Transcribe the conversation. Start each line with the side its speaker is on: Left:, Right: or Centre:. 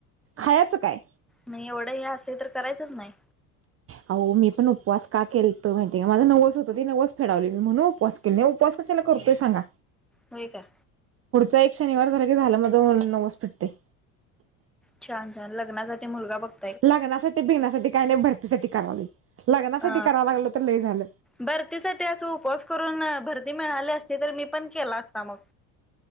Right: खायचं काय?
Centre: नाही एवढं हे असते तर करायचच नाही.
Right: अहो मी पण उपवास का केलत माहितीय का? माझं नवस होतं ते नवस फेडवले मी म्हणून उपवास लय उपवास कशाला करतोय सांगा?
Centre: होय का?
Right: पुढचा एक शनिवार झालं कि माझा नवस फिटते.
Centre: छान छान लग्नासाठी मुलगा बघत
Right: लग्नासाठी बिग्नासाठी काही नाही भरतीसाठी करायलो लग्नासाठी
Centre: अ
Right: कराव लागलं तर ल झाल
Centre: भरतीसाठी असं उपवास करून भरती मिळाली असती, तर मी पण केला असता मग.